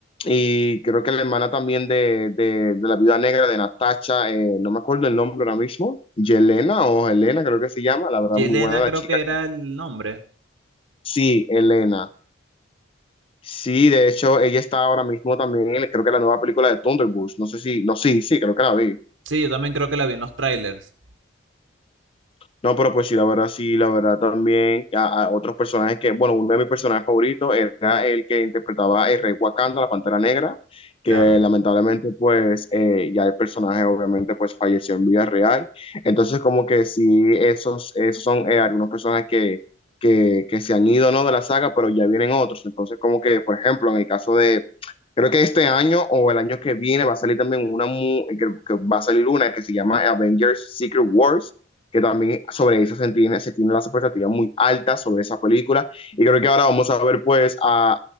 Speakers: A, on the left; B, on the right.
A: y creo que la hermana también de, de, de la Viuda Negra de Natasha, eh, no me acuerdo el nombre ahora mismo, Yelena o Elena creo que se llama, la verdad
B: Yelena
A: muy buena la
B: creo
A: chica.
B: que era el nombre.
A: Sí, Elena. Sí, de hecho ella está ahora mismo también en creo que la nueva película de Thunderbolts, no sé si, no, sí, sí, creo que la vi.
B: Sí, yo también creo que la vi en los trailers.
A: No, pero pues sí, la verdad, sí, la verdad también a, a otros personajes que, bueno, uno de mis personajes favoritos era el que interpretaba el Rey Wakanda, la Pantera Negra, que
B: Claro,
A: lamentablemente pues eh, ya el personaje obviamente pues falleció en vida real. Entonces como que sí, esos, esos son eh, algunos personajes que, que, que se han ido, ¿no? De la saga, pero ya vienen otros. Entonces como que, por ejemplo, en el caso de, Creo que este año o el año que viene va a salir también una mu- que, que va a salir una que se llama Avengers Secret Wars, que también sobre eso se tiene, se tiene las expectativas muy altas sobre esa película. Y creo que ahora vamos a ver pues a,